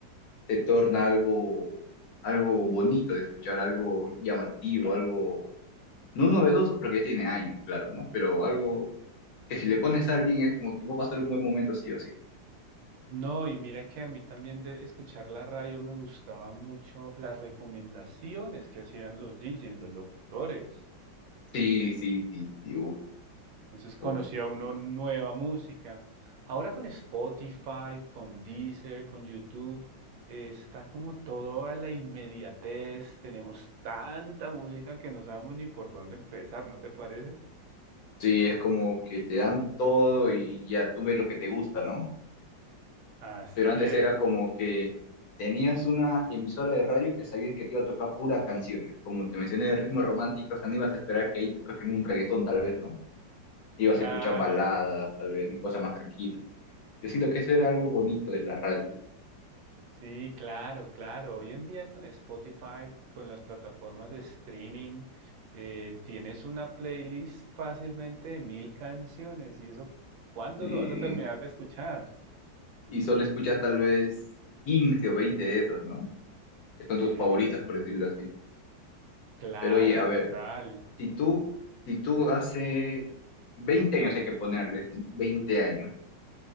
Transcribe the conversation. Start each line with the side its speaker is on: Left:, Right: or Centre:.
Left: te torna algo, algo bonito de escuchar, algo llamativo, algo, no novedoso porque ya tiene años, claro, ¿no? Pero algo que si le pones a alguien es como que va a pasar un buen momento sí o sí.
Right: No, y mira que a mí también de escuchar la radio me gustaba mucho las recomendaciones que hacían los DJs, los locutores.
Left: Sí, sí, sí, sí, uf,
Right: Entonces conocía
Left: uf.
Right: uno nueva música. Ahora con Spotify, con Deezer, con YouTube, eh, está como todo a la inmediatez. Tenemos tanta música que no sabemos ni por dónde empezar, ¿no te parece?
Left: Sí, es como que te dan todo y ya tú ves lo que te gusta, ¿no?
Right: Así
Left: Pero antes
Right: es,
Left: era como que tenías una emisora de radio que sabías que te iba a tocar pura canciones. Como te mencioné de ritmos románticos, no ibas a esperar que ahí te toquen un reggaetón tal vez, ¿no? Ibas
Right: claro.
Left: a escuchar baladas, tal vez, ¿no? cosas más tranquilas. Yo siento que eso era algo bonito de la radio.
Right: Sí, claro, claro. Hoy en día con Spotify, con las plataformas de streaming, eh, tienes una playlist fácilmente de mil canciones y eso, ¿cuándo
Left: eh,
Right: lo vas a terminar de escuchar?
Left: y solo escuchas tal vez 15 o 20 de esas, ¿no? Que son
Right: Sí,
Left: tus favoritas, por decirlo así.
Right: claro,
Left: Pero oye, a ver.
Right: total.
Left: Si tú, si tú hace 20 años hay que ponerle, ¿sí? 20 años,